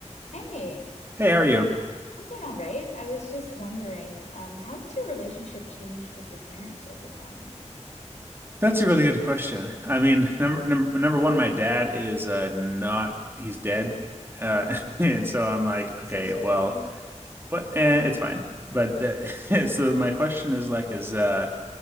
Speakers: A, on the left; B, on the right.
A: Hey,
B: Hey, how are you?
A: I'm doing all right. I was just wondering, um, how has your relationship changed with your parents over time?
B: That's a really good question. I mean, number number, number one, my dad is uh not he's dead. Uh <laughs> and so I'm like,
A: I'm so
B: okay,
A: sorry.
B: well, what eh, it's fine. But uh, <laughs> so my question is like is uh